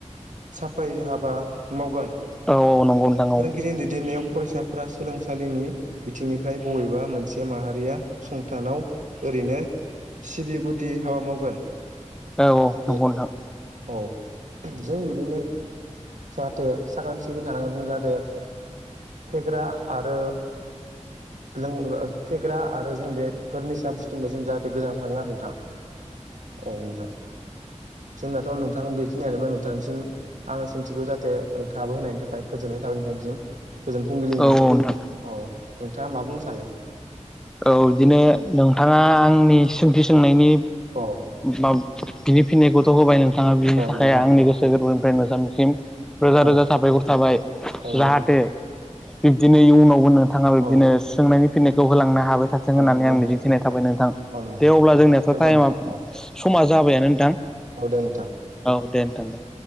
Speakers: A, on the right; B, in the centre.
A: साफाय हाबा मावगोन
B: औ औ नंगौ नोंथां
A: फोरोंगिरिनि
B: औ
A: दैदेननायाव फरायसाफोरा सोलोंसालिनि बिथिंनिफ्राय बबेबा मोनसे माहारिया फसंथानाव ओरैनो सिबि गुदि हाबा मावगोन
B: औ औ
A: बे
B: नंगौ नोंथां
A: औ जों बिदिनो जाहाथे साखोन सिखोन थानांगोन जों जाहाथे फेग्रा आरो लोंग्रा फेग्रा आरो जों बेफोर निचा बुस्थुनि जों जाहाथे गोजानाव थानांगो आरो नोंथाङा औ नोंथां जोंनाथ नोंथां बेखिनियानो मोन नोंथां थांनिसिम आंनि सोंथिखौ जाहाथे नोंथाङाबो होनायनि थाखाय गोजोननाय थाबाय नोंथांनिसिम गोजोन फुंबिलिनि
B: औ नोंथां
A: औ नोंथाङा मा बुंनो सानो
B: औ बिदिनो नोंथाङा आं आंनि सोंथि सोंनायनि
A: अ
B: बा बिनि फिननायखौथ होबाय नों थाङा बिनि
A: औ
B: थाखाय
A: नंगौ नोंथां
B: आंनि गोसो गोरबोनिफ्राय नोथांनिसिम रोजा
A: औ
B: रोजा साबायखर थाबाय जाहाथे
A: औ नंगौ नोंथां
B: बिब्दिनो इयुनावबो नोंथाङा बिब्दिनो
A: औ
B: सोंनायनि फिनायखौ होलांनो हागोन हाबाय थाथों
A: औ
B: होननानै
A: नंगौ नोंथां
B: आं मिजिंथिनाय थाबाय नोंथां
A: औ नंगौ
B: दे अब्ला जोंनियाथ
A: दे अब्ला
B: टाइम
A: नोंथां औ
B: सम जाबायानो नोंथां
A: औ दे नोंथां
B: औ दे नोंथां दे